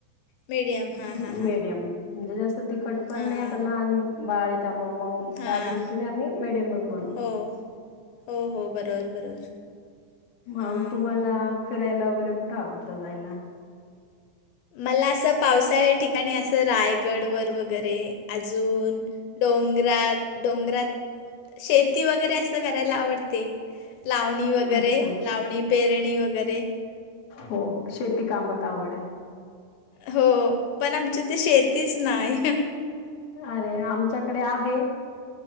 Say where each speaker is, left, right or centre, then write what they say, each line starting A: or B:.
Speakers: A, on the left (about 80°); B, on the left (about 50°).
A: मिडियम. हां
B: मीडियम
A: हां हां
B: म्हणजे, जास्त तिखट पण
A: हां
B: नाही आता लहान बाळ आहे त्यामुळे मग.
A: हां
B: त्या दृष्टीने आम्ही मीडियमच बनवतो.
A: हो हो हो, बरोबर बरोबर
B: मग
A: हां
B: तुम्हाला, फिरायला वगैरे कुठं आवडतं जायला?
A: मला असं, पावसाळ्या ठिकाणी असं रायगड वर वगैरे अजून डोंगरात डोंगरात शेती वगैरे असं करायला आवडते. लावणी वगैरे
B: अच्छा
A: लावणी पेरणी वगैरे
B: हो शेती कामात आवड आहे.
A: हो, पण आमची त शेतीच नाही ही.
B: अरे! आमच्याकडे आहे,